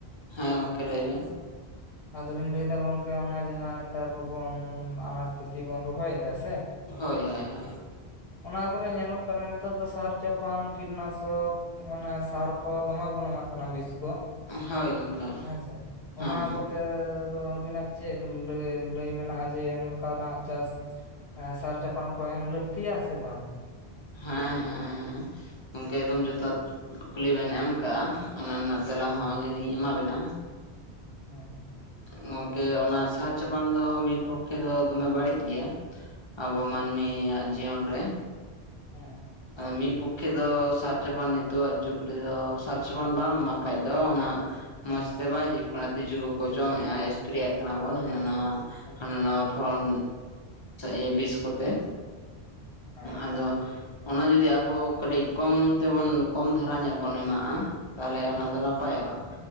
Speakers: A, on the left; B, on the left.
A: ᱦᱮᱸ ᱜᱚᱝᱠᱮ ᱞᱟᱹᱭ ᱵᱮᱱ᱾
B: ᱟᱫᱚᱞᱤᱧ ᱞᱟᱹᱭ ᱫᱟ ᱜᱚᱝᱠᱮ ᱚᱱᱟ ᱡᱟᱸᱦᱟ ᱱᱮᱛᱟᱨ ᱠᱚᱵᱚᱱ ᱟᱱᱟᱡ ᱯᱟᱹᱛᱤ ᱵᱚᱱ ᱨᱚᱦᱚᱭᱮᱜᱼᱟ ᱥᱮ?
A: ᱦᱳᱭ ᱦᱳᱭ ᱦᱳᱭ
B: ᱚᱱᱟ ᱠᱚᱨᱮ ᱧᱮᱞᱚᱜ ᱠᱟᱱᱟ ᱱᱮᱛᱟᱨ ᱫᱚ ᱥᱟᱨ ᱪᱟᱯᱟᱱ ᱠᱤᱴᱱᱟᱥᱚᱠ ᱚᱱᱟ ᱥᱟᱨ ᱠᱚ ᱫᱚᱢᱮ ᱵᱚᱱ ᱮᱢᱟᱜ ᱠᱟᱱᱟ ᱵᱤᱥ ᱠᱚ
A: ᱦᱳᱭ ᱜᱚᱝᱠᱮ ᱦᱮᱸ
B: ᱦᱮᱸᱥᱮ,
A: ᱦᱮᱸ
B: ᱚᱱᱟ ᱠᱚ ᱛᱮ ᱫᱚ ᱟᱹᱵᱤᱱᱟᱜ ᱪᱮᱫ ᱞᱮ ᱞᱟᱹᱭ ᱢᱮᱱᱟᱜᱼᱟ ᱡᱮ ᱚᱱᱠᱟᱱᱟᱜ ᱪᱟᱥ ᱮᱸ ᱥᱟᱨ ᱪᱟᱯᱟᱱ ᱠᱚ ᱮᱢ ᱞᱟᱹᱠᱛᱤᱭᱟ ᱥᱮ ᱵᱟᱝ?
A: ᱦᱮᱸ ᱦᱮᱸ ᱜᱚᱝᱠᱮ ᱮᱠᱫᱚᱢ ᱡᱚᱛᱷᱟᱛ ᱠᱩᱠᱞᱤ ᱵᱮᱱ ᱮᱢ ᱠᱟᱜᱼᱟ ᱚᱱᱟ ᱨᱮᱱᱟᱜ ᱛᱮᱞᱟ ᱦᱚᱸ ᱟᱹᱞᱤ ᱞᱤᱧ ᱮᱢᱟ ᱵᱮᱱᱟ᱾
B: ᱦᱩᱸ᱾
A: ᱜᱚᱝᱠᱮ ᱚᱱᱟ ᱥᱟᱨ ᱪᱟᱯᱟᱱ ᱫᱚ ᱢᱤᱫ ᱯᱚᱠᱠᱷᱮ ᱫᱚ ᱫᱚᱢᱮ ᱵᱟᱹᱲᱤᱡ ᱜᱮᱭᱟ᱾ ᱟᱵᱚ
B: ᱦᱮᱸ
A: ᱢᱟᱹᱱᱢᱤᱭᱟᱜ ᱡᱤᱭᱚᱱ ᱨᱮ᱾
B: ᱦᱮᱸ᱾
A: ᱢᱤᱫ ᱯᱚᱠᱠᱷᱮ ᱫᱚ ᱥᱟᱨ ᱪᱟᱯᱟᱱ ᱱᱤᱛᱳᱜ ᱡᱩᱜᱽ ᱨᱮᱫᱚ ᱥᱟᱨ ᱪᱟᱯᱟᱱ ᱵᱟᱢ ᱮᱢᱟᱜ ᱠᱷᱟᱡ ᱫᱚ ᱚᱱᱟ ᱢᱚᱸᱡᱽᱛᱮ ᱵᱟᱭ ᱦᱩᱭᱩᱜ ᱠᱟᱱᱟ ᱛᱤᱡᱩ ᱠᱚᱠᱚ ᱡᱚᱢᱮᱫᱼᱟ ᱮᱥᱯᱨᱮᱭᱟᱜ ᱠᱟᱱᱟ
B: ᱦᱳᱭ
A: ᱵᱚᱱ ᱦᱟᱸᱱᱟ
B: ᱦᱳᱭ
A: ᱱᱟᱣᱟ
B: ᱮᱠᱫᱚᱢ
A: ᱦᱟᱸᱱᱟ ᱱᱟᱣᱟ ᱯᱷᱚᱲᱚᱱ ᱤᱭᱟᱹ ᱵᱤᱥ ᱠᱚᱛᱮ
B: ᱦᱮᱸ
A: ᱟᱫᱚ ᱚᱱᱟ ᱡᱩᱫᱤ ᱟᱵᱚ ᱠᱟᱹᱴᱤᱡ ᱠᱚᱢ ᱛᱮᱵᱚᱱ ᱠᱚᱢ ᱫᱷᱟᱨᱟ ᱧᱚᱜ ᱵᱚᱱ ᱮᱢᱟᱜᱼᱟ ᱛᱟᱦᱚᱞᱮ ᱚᱱᱟ ᱫᱚ ᱱᱟᱯᱟᱭᱚᱜᱼᱟ,